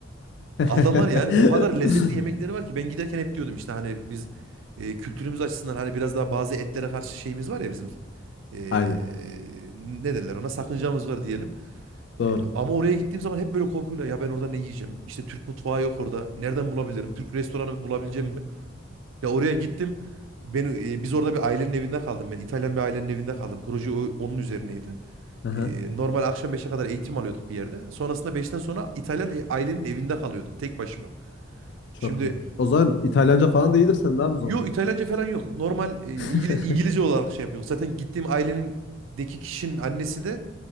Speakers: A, on the right; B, on the left.
A: <laughs> Adamlar
B: <laughs>
A: yani o kadar lezzetli yemekleri var ki ben giderken hep diyordum işte hani biz e, kültürümüz açısından hani biraz daha bazı etlere karşı şeyimiz var ya bizim. E,
B: Aynen.
A: ne derler ona sakıncamız var diyelim.
B: Doğru.
A: E, ama oraya gittiğim zaman hep böyle korkuyla ya ben orada ne yiyeceğim? İşte Türk mutfağı yok orada. Nereden bulabilirim? Türk restoranı bulabileceğim mi? Ya oraya gittim. Ben e, biz orada bir ailenin evinde kaldım. Ben İtalyan bir ailenin evinde kaldım. Proje o- onun üzerineydi.
B: <laughs>
A: E, normal akşam beşe kadar eğitim alıyorduk bir yerde. Sonrasında beşten sonra İtalyan e- ailenin evinde kalıyordum tek başıma.
B: Çok
A: Şimdi
B: iyi. O zaman İtalyanca falan da iyidir sen de abi o zaman.
A: yo İtalyanca falan yok. Normal e,
B: <laughs>
A: İngiliz, İngilizce olarak şey yapıyorduk. Zaten gittiğim ailenindeki kişinin annesi de